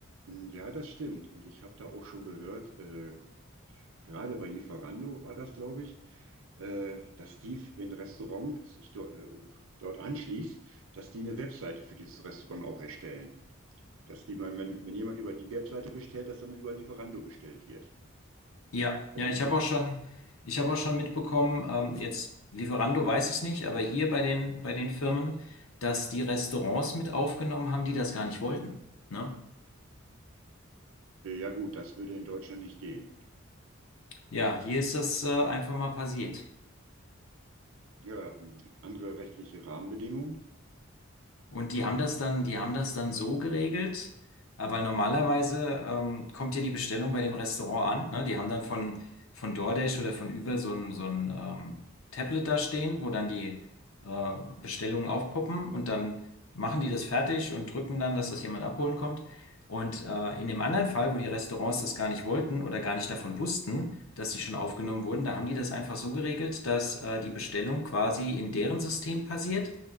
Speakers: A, on the right; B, on the left.
A: Hm, ja, das stimmt. Und ich habe da auch schon gehört, äh, gerade bei Lieferando war das, glaube ich, äh, dass die, wenn ein Restaurant sich do, äh, dort anschließt, dass die eine Webseite für dieses Restaurant auch erstellen. Dass die, wenn, wenn wenn jemand über die Webseite bestellt, dass dann über Lieferando bestellt wird.
B: Ja,
A: Und
B: ja, ich habe auch schon, ich habe auch schon mitbekommen, ähm, jetzt Lieferando weiß ich nicht, aber hier bei den, bei den Firmen, dass die Restaurants mit aufgenommen haben, die das gar nicht wollten, ne?
A: Äh, Ja gut, das würde in Deutschland nicht gehen.
B: Ja, hier ist das äh, einfach mal passiert.
A: Ja, andere rechtliche Rahmenbedingungen.
B: Und die haben das dann, die haben das dann so geregelt, äh, weil normalerweise ähm, kommt ja die Bestellung bei dem Restaurant an. Ne? Die haben dann von, von DoorDash oder von Uber so ein, so ein ähm, Tablet da stehen, wo dann die äh, Bestellungen aufpoppen und dann machen die das fertig und drücken dann, dass das jemand abholen kommt. Und äh, in dem anderen Fall, wo die Restaurants das gar nicht wollten oder gar nicht davon wussten, dass sie schon aufgenommen wurden, da haben die das einfach so geregelt, dass äh, die Bestellung quasi in deren System passiert